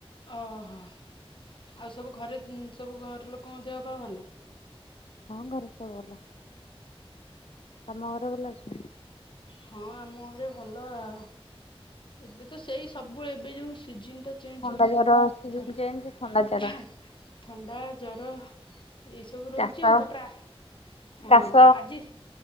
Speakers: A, on the left; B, on the left.
A: ଓହୋ ଆଉ ସବୁ ଘରେ ସବୁ ଘର ଲୋକଙ୍କ ଦେହ ପା ଭଲ
B: ହଁ ଘରେ ସବୁ ବଲା ତମ ଘରେ ବଲ ଅଛ।
A: ହଁ ଆମ ଘରେ ଭଲ ଆଉ। ଏବେ ତ ସେଇ ସବୁବେଳେ ଏବେ ଯୋଉ ସିଜିନ ଚଞ୍ଜ
B: ଥଣ୍ଡା
A: ହଉଛି
B: ଜର ସିଜିନ
A: ଥ
B: ଚେଞ୍ଜ ଥଣ୍ଡା ଜର
A: ଥ ଥଣ୍ଡା ଜର ଏଇସବୁ ରହୁଛି
B: କାଶ
A: ଆଉ ତାପ ହଁ
B: କାଶ
A: ଆଜି